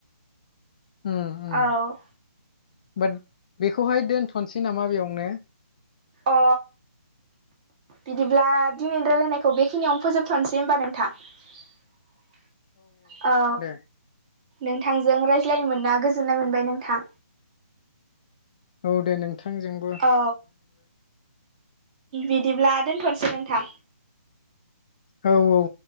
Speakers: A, on the left; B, on the right.
A: ओम ओम
B: औ
A: बा बेखौहाय दोनथ'नोसै नामा बेयावनो
B: अ बिदिब्ला दिनै रायलायनायखौ बेखिनियावनो फोजोबथ'नोसै होमबा नोंथां <unintelligible> औ
A: दे
B: नोंथांजों रायज्लायनो मोना गोजोननाय मोनबाय नोंथां
A: औ दे नोंथांजों
B: औ बिदिब्ला दोनथ'नोसै नोंथां
A: औ औ